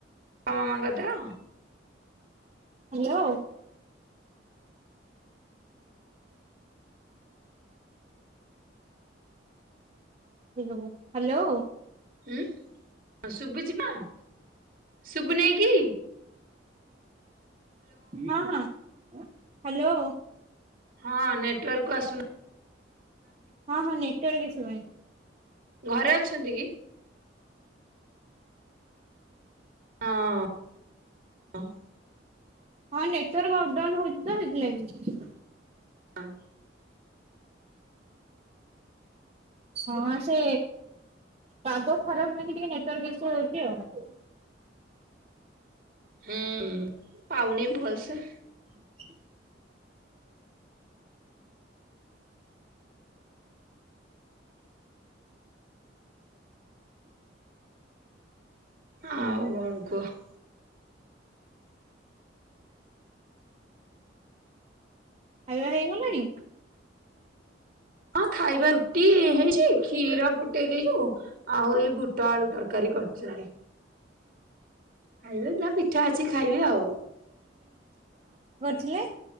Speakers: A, on the right (about 50°); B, on the right (about 35°).
A: ବାପା ମାଙ୍କ ଦେହ
B: ହ୍ୟାଲୋ। ଦେଇ ଦବ, ହାଲୋ।
A: ଉଁ, ହଁ ଶୁଭୁଛି ପା, ଶୁଭୁ ନାଇକିି?
B: ହଁ, ହଁ। ହାଲୋ।
A: ହଁ ନେ ଟରକ ଆସୁନା
B: ହଁ ହଁ ନେଟୱାର୍କ ଇସ୍ୟୁ ପାଇଁ।
A: ଘରେ ଅଛନ୍ତି କି? ହଁ। ଅଁ,
B: ହଁ ନେଟୱାର୍କ ଅପ୍ ଡାଉନ୍ ହଉଛି ତ ସେଥିଲାଗି।
A: ଆ,
B: ହଁ ସେ ପାଗ ଖରାପ ଲାଗି ଟିକେ ନେଟୱାର୍କ ଇସୁ ହଉଛି ଆଉ।
A: ହୁଁ ପାଉନି ଭଲସେ।
B: <inaudible>
A: ଆଉ କଣ କୁହ?
B: ଖାଇବା ହେଇଗଲାଣି?
A: ହଁ ଖାଇବା ରୁଟି ହେଇ ଟିକ୍ କ୍ଷୀର ଫୁଟେଇ ଦେଇଚୁ, ଯୋଉ ଆଉ ଏଇ ବୁଟ ଆଳୁ ତରକାରୀ କରି ଚାଇ ଖାଇବେ ନା ପିଠା ଅଛି ଖାଇବେ ଆଉ।
B: ଥିଲେ।